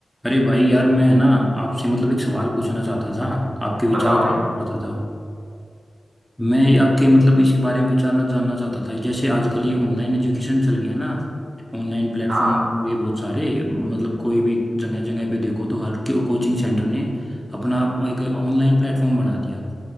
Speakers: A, in the centre; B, on the right.
A: अरे भाई यार मैं है ना आपसे मतलब एक सवाल पूछना चाहता था आपके विचार
B: बताओ भाई
A: जानना चाहता था मैं आपके मतलब इसके बारे में विचारना जानना चाहता था जैसे आजकल ये ऑनलाइन एजुकेशन चल गया ना ऑनलाइन प्लेटफॉर्म
B: हाँ
A: ये बहुत सारे मतलब कोई भी जगह जगह पे देखो तो हर को- कोचिंग सेंटर ने अपना एक ऑनलाइन प्लेटफॉर्म बना दिया